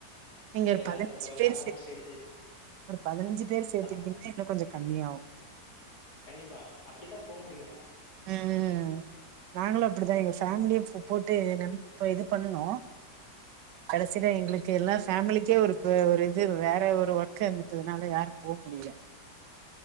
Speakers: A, on the right; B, on the left.
A: நீங்க ஒரு
B: எல்லாரு
A: பதினஞ்சு
B: கொஞ்ச கொஞ்ச
A: பேர்
B: அமௌண்ட்
A: சே
B: சேத்து
A: ஒரு பதினஞ்சு பேர் சேர்த்துகிட்டீங்கனா
B: அதா
A: இன்னும் கொஞ்ச கம்மியாகு
B: கண்டிப்பா அப்டிதா போ முடியும்
A: ம் நாங்களும் அப்டிதா எங்க ஃபேமிலிய போட்டு நம் இது பண்ணுணோ கடசிலே எங்களுக்கு எல்லாம் ஃபேமிலிக்கே ஒரு பெ ஒரு இது வேற ஒரு ஒர்க் இருந்துட்டதுனால யாரு போ முடியல